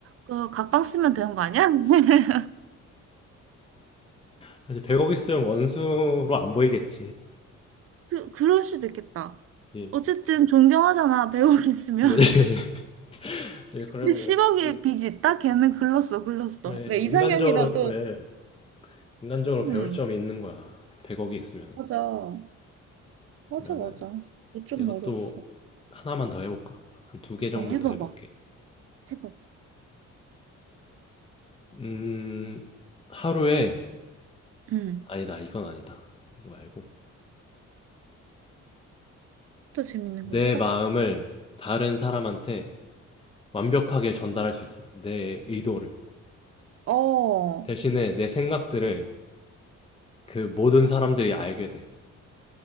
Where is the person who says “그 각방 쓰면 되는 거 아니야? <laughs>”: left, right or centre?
Right